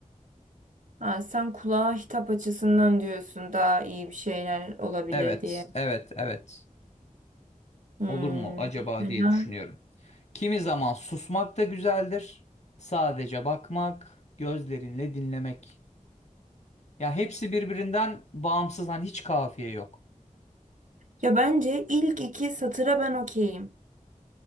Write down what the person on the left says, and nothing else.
Evet,
evet, evet.
Olur mu acaba
diye düşünüyorum. Kimi zaman susmak da güzeldir. Sadece bakmak, gözlerinle dinlemek. Ya hepsi birbirinden bağımsız hani hiç kafiye yok.